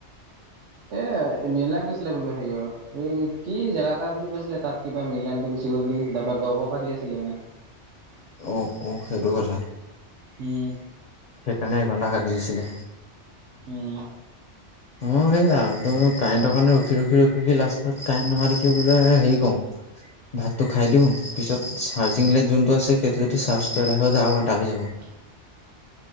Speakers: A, on the right (about 75°); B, on the left (about 55°).
A: এ মিললান গৈছিলে বোলো হেৰি অ এই কি জেগা এটা বুলি কৈছিলে তাত কিবা মিলানটো <unintelligible> তাপা গৰবৰ পৰা দি আছিলে মানে।
B: অ'-অ'সেইটো কথা।
A: উম।
B: সেইকাৰণে এঘণ্টা কাটি দিছিলে।
A: উম।
B: অ' সেয়া ত' কাৰেণ্টৰ কাৰণে ৰখি ৰখি- ৰখি- ৰখি লাষ্টত কাৰেণ্ট নহা দেখি বুলো হেৰি কওঁ। ভাতটো খাই দিওঁ, পিছত চাৰ্জিং লাইট যোনটো আছে সেইটো যদি চাৰ্জটো এডাই হৈ যায় আৰু আন্ধাৰ হৈ যাব।
A: <inaudible>